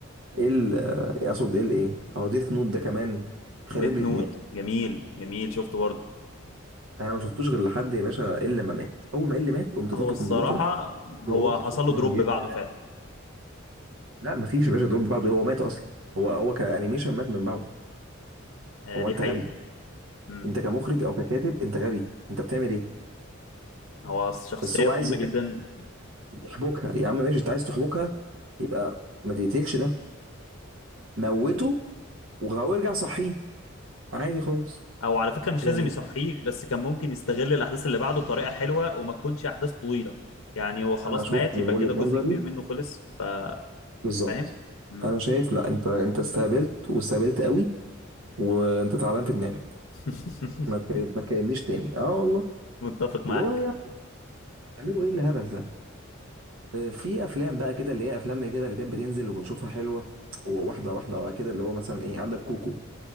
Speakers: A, on the right (about 75°); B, on the left (about 80°).
A: ال اقصد ال ايه اهو ديث نوت ده كمان خرب
B: ديث
A: لي
B: نوت
A: دماغي
B: جميل جميل شفته برضه
A: انا ما شفتوش غير لحد يا باشا الا ما مات اول ما اللي مات قمت
B: هو
A: طافي
B: الصراحه
A: الكمبيوتر
B: هو
A: وقلت
B: حصل
A: شكرا
B: له دروب
A: جدا
B: بعده فعلا
A: لا ما فيش يا باشا دروب بعده هو مات اصلا هو هو كانيميشن مات من بعده
B: آه
A: هو
B: دي
A: انت
B: حقيقه
A: غبي
B: امم
A: انت كمخرج او ككاتب انت غبي انت بتعمل ايه
B: هو شخصيه
A: بس هو عايز
B: مهمه
A: يح-
B: جدا
A: يحبكها يا عم ماشي انت عايز تحبكها يبقى ما تقتلش ده موته وهو ارجع صحيه عادي خالص
B: او على فكره مش
A: يعني
B: لازم يصحيك بس كان ممكن يستغل الاحداث اللي بعده بطريقه حلوه وما تكونش احداث طويله يعني هو خلاص
A: انا شفت
B: مات
A: من
B: يبقى
A: وجهة
B: كده جزء
A: نظري
B: كبير منه خلص ف
A: بالظبط
B: فاهم مم.
A: انا شايف لا انت انت استهبلت واستهبلت قوي وانت تعبان في دماغك
B: <laughs>
A: ما تكلم... ما تكلمنيش تاني اه والله
B: متفق
A: اللي
B: معاك
A: هو يا بتعملوا ايه الهبل ده آه، في افلام بقى كده اللي هي افلام كده اللي كانت بتنزل وبنشوفها حلوه وواحده واحده كده اللي هو مثلا ايه عندك كوكو